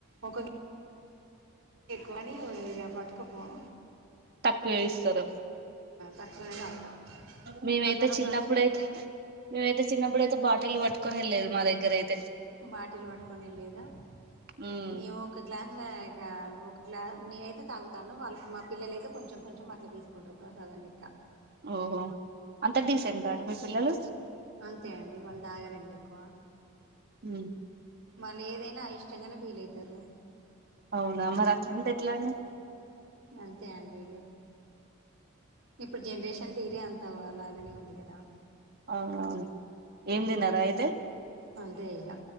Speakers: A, on the right; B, on the right.
A: ఒక ఎక్కువని పట్టుకపోం
B: తక్కువేయిస్తారు
A: తక్కువనే తాగుతాం
B: మేమైతే
A: అందరం
B: చిన్నప్పుడైతే
A: ప్రశ
B: మేమైతే చిన్నప్పుడయితే బాటిల్ పట్టుకొని వెళ్లేదు మాదగ్గరైతే
A: బాటిల్ పట్టుకుని వెళ్లేదా
B: ఉమ్
A: మేము ఒక గ్లాస్ అలా ఇక ఒక గ్లా నేనైతే తాగుతాను వాళ్ళకి మా పిల్లలయితే కొంచెం కొంచెం అట్లా తీసుకుంటారు ప్రసాదం లెక్క
B: ఓహో అంత డీసెంట్ అండి మీ పిల్లలు
A: అంతే అండి వాళ్ళు తాగరండి ఎక్కువ
B: హ
A: వాళ్ళు ఏదైనా అయిష్టంగానే ఫీల్ అవుతారు
B: అవునా మరి అట్లుంటే ఎట్లా అండి
A: అంతే అడి ఇప్పుడు జెనరేషన్ కిక్షన్ తీరే అంత అలాగనే ఉంది కదా
B: అవువును ఏం తినరా అయితే
A: అంతే ఇగా